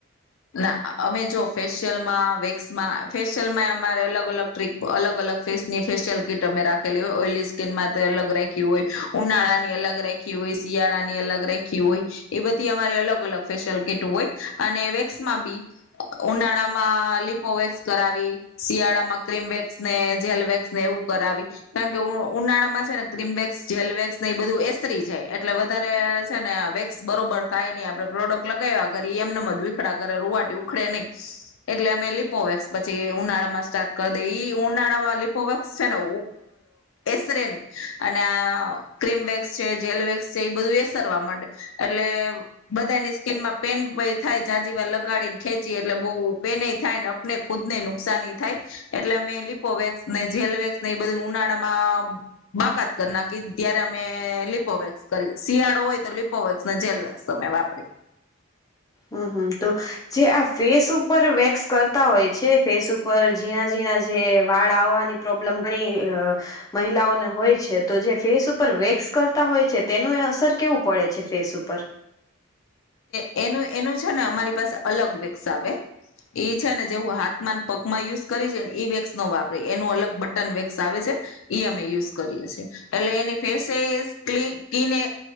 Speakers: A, on the left; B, on the left.
A: ના અમે જો ફેશિયલ માં વેક્સમાં ફેશિયલમાં અમારે અલગ અલગ ટ્રીક અલગ અલગ ફેસ ની ફેશિયલ કીટ અમે રાખેલી હોય ઓઇલી સ્કીિનમાં અલગ રાખી હોય ઉનાળા ની અલગ રાખી હોય શિયાળાની અલગ રાખી હોય એ બધી અમારી, અલગ અલગ ફેશિયલ કીટ હોય અને વેક્ બ ઉનાળામાં લિપો વક્સ કરાવી શિયાળામાં ક્રિમ વક્સ ને જેલ વેક્સ ને એવું કરાવી કારણ કે ઉનાળામાં છે. ને, ક્ર્રીમવેેક્સ જેલ વેક્સ ને એ બધું એતરી જાય એટલે વધારે છે ને, વેક્સ બરોબર થાય નહી આપડણે પ્રોડક્ટ લગાવવા. કરીએ એમને મજ ઉડા કરે રુવાટી ઉખડે નહીિ એટલે અમે લીપોવેક્સ પછી ઉનાળામાં સ્ટાર્ટ કરી દેએ ઉનાળામાં લીપોવેક્સ છે ને એસરે નહી અને આ ક્રીમ વેક્સ છે જેલવેેક્સ છે એ બધું એસરવા માંડે એટલે બધાની સ્કીિન માં પેન થાય જાજીવા લગાડી ને ખેંચી એટલે બહુ પેન થાય ને અપને ખુદ ને નુકસાની થાય એટલે અમે લિપોવેક્સ ને જેલવેક્સ ને એ બધું ઉનાળામાં બાકાત કરી નાખી ત્યારે અમે લિપોવેક્સ કરી શિયાળો હોય તો લીપોવેક્સ ને જેલવેક્સ અમે વાપરી
B: હમ હમ તો જે આ ફેસ ઉપર વેક્સ કરતા હોય છે ફેસ ઉપર ઝીણા ઝીણા જે વાળ આવવાની પ્રોબ્લેમ ઘણી મહિલાઓને હોય છે તો જે ફેસ ઉપર વેક્સ કરતા હોય છે તેનું એ અસર કેવું પડે છે ફેસ ઉપર
A: એનું એનું છે ને અમારી પાસે અલગ વેક્સ આવે છે ને જે હું હાથમાંન પગમાં યુઝ કરી છે ને વેક્સ નો વાપરી એનું અલગ બટન વેક્સ આવે છે એ અમે યુઝ કરીએ છીએ એટલે એની ફેસે કને